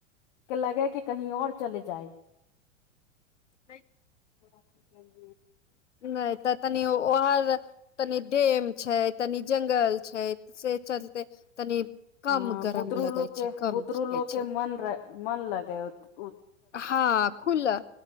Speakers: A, on the left (about 40°); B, on the left (about 70°).
A: के लगे कि कहीं ओर चले जाइ
B: भ
A: हँ ठीक
B: नै त तनि ओहर तनि डेम छै तनि जंगल छै से चलते तनि कम
A: हँ
B: गरम
A: बुतरु
B: लगै
A: लोक के
B: छै कम
A: बुतरुलोक
B: खिकै
A: के
B: छै
A: मन रह मन लगै ओत
B: हँ खुला